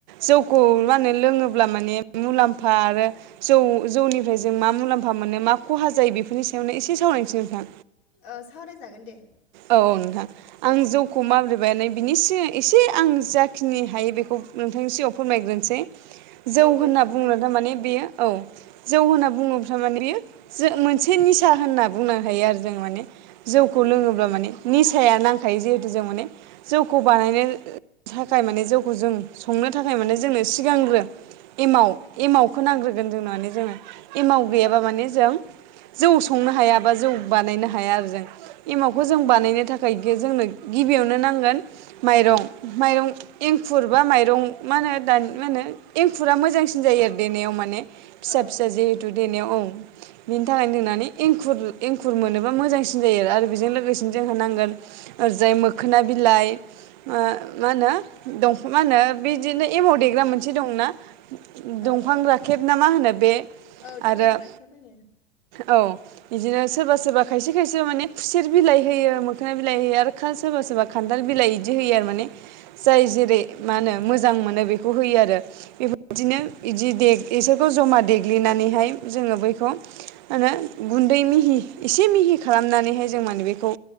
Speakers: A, on the right; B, on the left.
A: जौखौ मा होनो लोङोब्ला माने मुलाम्फा आरो जौ जौनिफ्राय जों मा मुलाम्फा मोनो मा खहा जायो बेफोरनि सायावनो एसे सावरायनोसै नोंथां
B: औ सावरायजागोन दे
A: औ नोंथां आं जौखौ माबोरै बानायो बिनि एसे आं जाखिनि हायो बेखौ नोंथांनि सिगाङाव फोरमायग्रोनोसै जौ
B: औ
A: होनना
B: दे फोरमायदो
A: बुंङो थारमाने बेयो औ जौ होनना बुङोब्ला माने बेयो मोनसे निसा होनना बुंनो हायो आरो जो माने जौखौ लोङोब्ला
B: औ
A: माने निसाया नांखायो जिहेथु जों माने जौखौ बानायनो थाखाय माने जौखौ जों संनो थाखाय माने जोंनो सिगांग्रो एमाव एमाव खौ नांग्रोगोन जोंनो माने जोङो एमाव गैयाबा
B: औ
A: माने जों जौ संनो हाया बा जौ बानायनो हाया आरो जों एमावखौ जों बानायनो
B: औ
A: थाखाय जोंनो गिबियावनो नांगोन माइरं माइरं एंखुर बा माइरं मा होनो दानि मा होनो एंखुरा मोजांसिन जायो आरो देनायाव माने फिसा
B: औ
A: फिसा जिहेथु औ बिनि थाखायनो देनानै एंखुर एंखुर मोनोबा मोजांसिन जायो आरो बेजों लोगोसेनो जोंहा नांगोन ओरजाय मो खोना बिलाइ मा होनो दंफां मा होनो बिदिनो एमाव देग्रा मोनसे दंना दंफां
B: औ औ
A: राखेब ना मा होनो बे
B: औ दंफां
A: आरो
B: राखे होनो
A: औ बिदिनो सोरबा सोरबा खायसे खायसे माने खुसेर बिलाइ होयो मोखोना बिलाइ होयो आरो सोरबा सोरबा खान्थाल बिलाइ बिदि होयो आरो माने जाय जेरै मा होनो मोजां
B: औ
A: मोनो
B: औ
A: बेखौ होयो आरो बे बिदिनो बिदि देग इसोरखौ जमा देग दुग्लिनानैहाय जोङो बैखौ मा होनो गुन्दै मिहि एसे मिहि खालामनानैहाय जों माने बेखौ